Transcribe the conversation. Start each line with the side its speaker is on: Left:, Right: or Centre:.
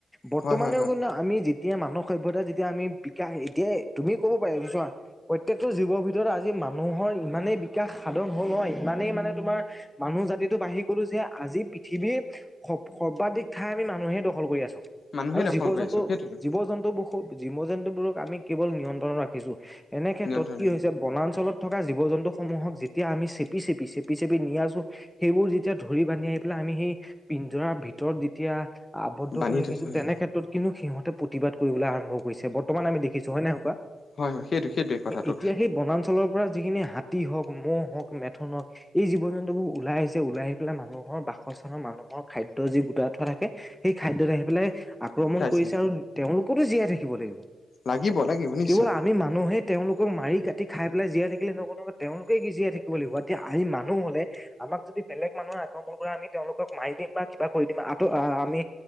Centre: বৰ্তমানেও
Left: হয় হয় হয়
Centre: কিন্তু আমি যি এতিয়া মানৰ সভ্যতা যেতিয়া আমি বিকাশ এতিয়া তুমি ক'ব পাৰে চোৱা প্ৰত্যয়েকটো জীৱৰ ভিতৰত আজি মানুহৰ ইমানেই বিকাশ সাধন হ'ল নহয় ইমানেই মানে তোমাৰ মানুহ জাতিটো বাঢ়ি গলো যে আজি পৃথিৱীৰ স-সৰ্বাধিক ঠাই আমি মানুহে দখল কৰি আছোঁ,
Left: মানুহে
Centre: আৰু
Left: দখল
Centre: জীৱ
Left: কৰি
Centre: জন্তু
Left: আছো সেইটোৱে
Centre: জীৱ জন্তুবোৰোঁ জীৱ জন্তুবোৰক আমি কেৱল নিয়ন্ত্ৰণত ৰাখিছোঁ, এনে ক্ষেত্ৰত
Left: নিয়ন্ত্ৰণ
Centre: কি হৈছে বনাঞ্চলত থকা জীৱ জন্তুসমূহক যেতিয়া আমি চেপি চেপি, চেপি চেপি নি আছোঁ সেইবোৰ যেতিয়া ধৰি বান্ধি আহি পেলাই আমি সেই পিঞ্জাৰ ভিতৰত যেতিয়া আৱদ্ধ
Left: বান্ধি
Centre: কৰি ৰাখিছোঁ
Left: থৈছো হয়
Centre: তেনে ক্ষেত্ৰত কিন্তু সিহঁতে প্ৰতিবাদ কৰিবলৈ আৰম্ভ কৰিছে। বৰ্তমান আমি দেখিছোঁ হয় না কোৱা?
Left: হয় হয় সেইটো সেইটোৱে কথাটো
Centre: এতিয়া সেই বনাঞ্চলৰপৰা যিখিনি তি হওক ম'হ হওক, মেথন হওক এই জীৱ জন্তুবোৰ ওলাই আহিছে, ওলাই আহি পেলাই মানুহৰ বাসস্থানৰ মানুহৰ খাদ্য যি গোটাই থ তাকে সেই খাদ্যত আহি পেলাই আক্ৰমণ
Left: খাইছে
Centre: কৰিছে আৰু তেওঁলোকতো জীয়াই থাকিব লাগিব।
Left: লাগিব লাগিব নিশ্চয়।
Centre: কেৱল আমি মানুহে তেওঁলোকক মাৰি কাটি খাই পেলাই জীয়াই থাকিলে নহ'ব নহয়, তেওঁলোকে কি জীয়াই থাকিব লাগিব। এতিয়া আমি মানুহ হ'লে আমাক যদি বেলেগ মানুহে আক্ৰমণ কৰে আমি তেওঁলোকক মাৰি দিম বা কিবা কৰি দিম, আ, আমি